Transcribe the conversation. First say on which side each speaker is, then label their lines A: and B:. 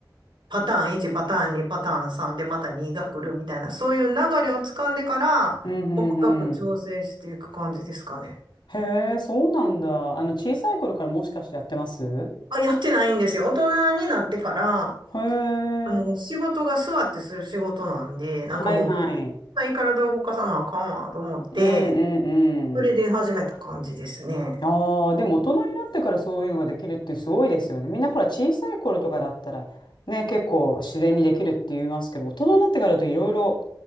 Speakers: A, on the right (about 90°); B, on the left (about 80°).
A: パターン1、パターン2、パターン3でまた2が来るみたいな、そういう流れをつかんでから、
B: うん、うんうん。
A: 細かく調整していく感じですかね。
B: へえ、そうなんだ。あの、小さい頃からもしかしてやってます
A: あ、やってないんですよ。大人になってから、
B: へえ、
A: あの、仕事が座ってする仕事なんで、なんかもう、
B: はいはい。
A: 絶対体を動かさなあかんわと思って、
B: うん、うん、
A: それで始めた感じですね。
B: うん。ああ、でも大人になってからそういうのができるってすごいですよね。みんなほら小さい頃とかだったらね、結構自然にできるって言いますけど、大人になってからだといろいろ、